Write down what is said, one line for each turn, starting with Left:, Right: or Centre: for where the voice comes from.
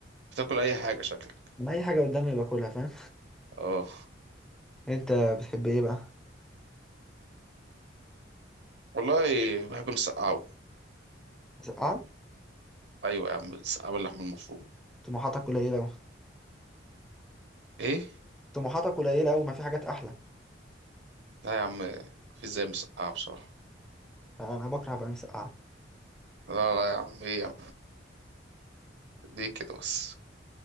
Right: بتاكل اي حاجة شكلك
Centre: انا اي حاجه قدامي باكلها فاهم
Right: اه
Centre: <laughs> انت بتحب ايه بقى
Right: والله بحب المسقعة أوي
Centre: مسقعه
Right: أيوة يا عم المسقعة باللحمة المفرومة
Centre: طموحاتك قليله أوي
Right: إيه؟
Centre: طموحاتك قليله أوي ما في حاجات احلى
Right: لا يا عم في زي مسقعة بصراحة
Centre: انا بكره بقى المسقعه
Right: لا لا يا عم إيه يا عم ليه كده بس